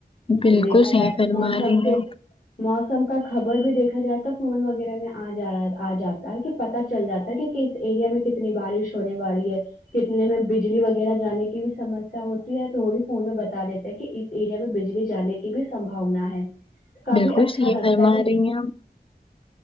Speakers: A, on the left; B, on the left.
A: بالکل
B: تو دیکھا
A: صحیح
B: جائے تو
A: فرما
B: موسم
A: رہی ہیں
B: کے
A: آپ
B: موسم کا خبر بھی دیکھا جائے تو فون وغیرہ میں جاا آ جاتا ہے کہ پتا چل جاتا ہے کہ کس ایریا میں کتنی بارش ہونے والی ہے کتنے میں بجلی وغیرہ جانے کی بھی سمسیا ہوتی ہے تو وہ بھی فون میں بتا دیتے کہ اس ایریا میں بجلی جانے کی بھی سمباونا ہے کافی
A: بالکل
B: اچھا
A: صحیح
B: لگتا
A: فرما
B: ہے کہ
A: رہی ہیں آپ